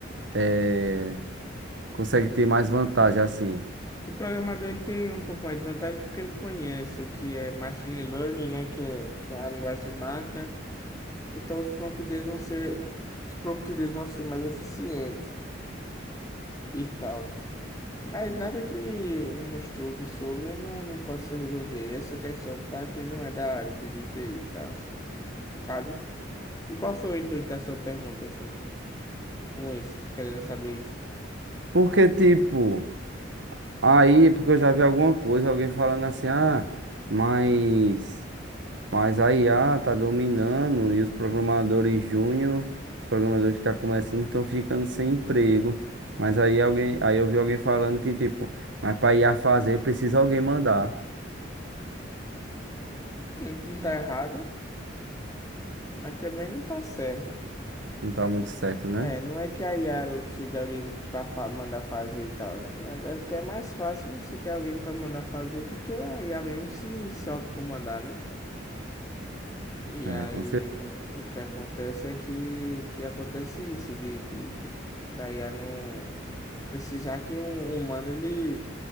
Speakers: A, on the right; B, on the left.
A: eh, consegue ter mais vantagem assim.
B: O programador ele tem um pouco mais de vantagem porque ele conhece o que é machine learning, né? Que é, que é a linguagem de máquina. Então os prompts deles vão ser, os prompts deles vão ser mais eficientes e tal. Mas nada que um estudo sobre não, não possa resolver essa questão para quem não é da área de de TI e tal, sabe? O- Qual foi o intuito da sua pergunta, assim, com isso, querendo saber isso?
A: Porque, tipo. Aí, porque eu já vi alguma coisa, alguém falando assim, ah, mas, mas a IA tá dominando e os programadores júnior, os programadores que tá começando estão ficando sem emprego. Mas aí alguém, aí eu vi alguém falando que, tipo, mas pra IA fazer precisa alguém mandar.
B: Não, não tá errado, mas também não tá certo.
A: Não tá muito certo, né?
B: É, não é que a IA ela precisa de alguém para mandar fazer e tal, né? É porque é mais fácil você ter alguém para mandar fazer do que a IA mesmo se, se autocomandar, né? E
A: É,
B: aí
A: com certeza.
B: o, o que acontece é que, que acontece isso, de, de, de- da IA não precisar que um humano ele